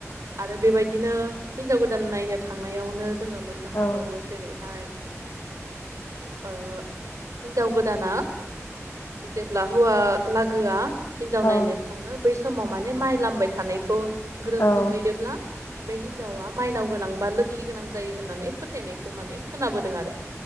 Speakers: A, on the right; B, on the left.
A: आरो बेबायदिनो हिनजाव गोदान नायनो थांनायावनो जोङो मोननो
B: औ
A: हाबावो जेरै ओमफ्राय ओ हिन्जाव गोदाना जेब्ला हौवा लागोआ हिनजाव
B: औ
A: नायनो थाङो बै स समाव माने माइ लामबाय थानायखौ ग्रोब
B: औ
A: नुहैदोब्ला बे हिनजावा माइनाव गोनां बा लोखि गोनां जायो होननानै फोथायनायखौ माने खोनाबोदों आरो